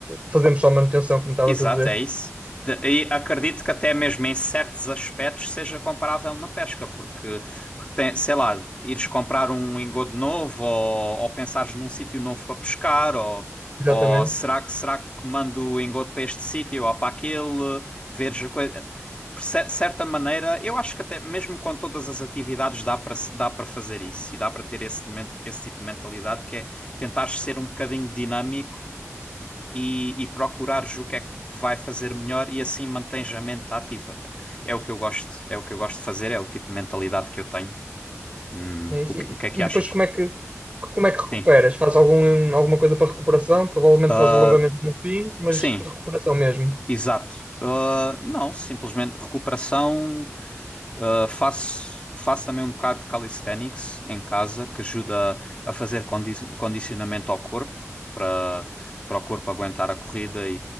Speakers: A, on the right; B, on the left.
A: fazemos só manutenção, como estavas
B: Exato,
A: a dizer.
B: é isso. De- e acredito que até mesmo em certos aspectos seja comparável na pesca, porque, porque tem, sei lá, ires comprar um engodo novo ou, ou pensares num sítio novo para pescar, ou,
A: Exatamente.
B: ou será que, será que mando o engodo para este sítio ou para aquele, veres a coisa. Por cer- certa maneira, eu acho que até mesmo com todas as atividades dá para se- dá para fazer isso e dá para ter esse, men- esse tipo de mentalidade que é tentar ser um bocadinho dinâmico e, e procurares o que é que vai fazer melhor e assim mantens a mente ativa. pá. É o que eu gosto, é o que eu gosto de fazer, é o tipo de mentalidade que eu tenho. Hum,
A: É isso.
B: o que,
A: E,
B: o que é que
A: e
B: achas?
A: depois como é que como é que recuperas?
B: Sim.
A: Faz algum, alguma coisa para recuperação? Provavelmente
B: Ah,
A: faz alongamento no fim, mas
B: sim,
A: para recuperação mesmo.
B: exato. Ah, não, simplesmente recuperação Uh, faço, faço também um bocado de calisthenics em casa, que ajuda a fazer condi- condicionamento ao corpo, para, para o corpo aguentar a corrida e,